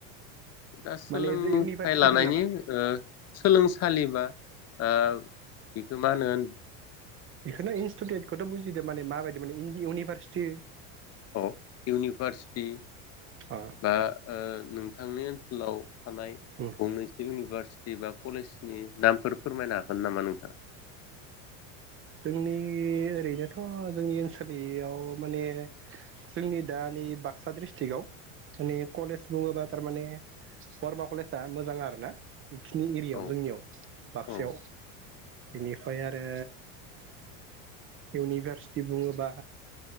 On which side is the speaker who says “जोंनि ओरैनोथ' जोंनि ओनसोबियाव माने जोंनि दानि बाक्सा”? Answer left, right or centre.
Right